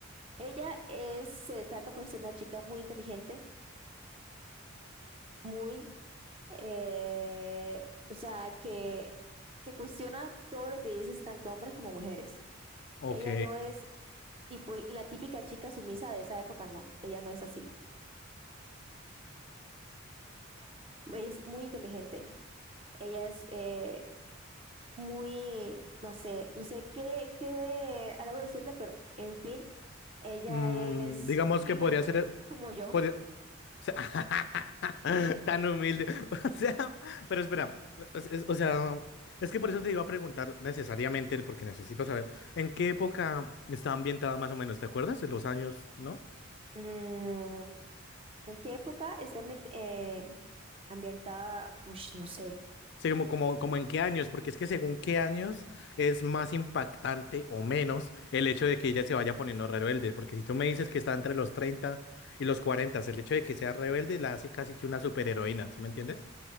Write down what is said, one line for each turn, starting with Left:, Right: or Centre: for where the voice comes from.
Right: Ella es, se destaca por ser una chica muy inteligente, muy eh, o sea, que, que cuestiona todo lo que dices tanto hombres como mujeres.
Left: Ok.
Right: Ella no es tipo la típica chica sumisa de esa época, no, ella no es así. Ella es muy inteligente, ella es eh, muy, no sé, no sé qué, qué algo decirle, pero en fin, ella
Left: Mm,
Right: es
Left: digamos
Right: tipo
Left: que podría ser.
Right: como yo.
Left: Por- o sea, <laughs> tan humilde. <laughs> O sea, pero espera. es- es- o sea, es que por eso te iba a preguntar necesariamente, porque necesito saber en qué época está ambientada más o menos, ¿te acuerdas? En los años, ¿no?
Right: Mm, ¿en qué época está met- eh, ambientada? Ush, no sé,
Left: Sí, como, como, como en qué años, porque es que según qué años es más impactante o menos el hecho de que ella se vaya poniendo rebelde, porque si tú me dices que está entre los 30 y los 40, el hecho de que sea rebelde la hace casi que una superheroína, ¿sí me entiendes?